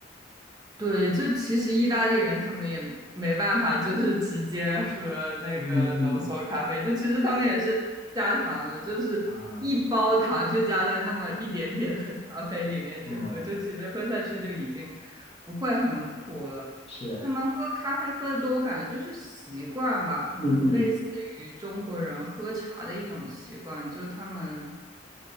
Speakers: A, on the right; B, on the left.
A: 对，就其实意大利人他们也没办法，就是直接喝那个浓缩咖啡，
B: 嗯嗯
A: 就其实他们也是加糖的，就是一包糖就加在那么一点点的咖啡里面去喝，
B: 啊，嗯，
A: 就其实喝下去就已经不会很苦了。
B: 是，
A: 他们喝咖啡喝的多，我感觉就是习惯吧，可能类似于中国人喝茶的一种习惯，
B: 嗯嗯，
A: 就他们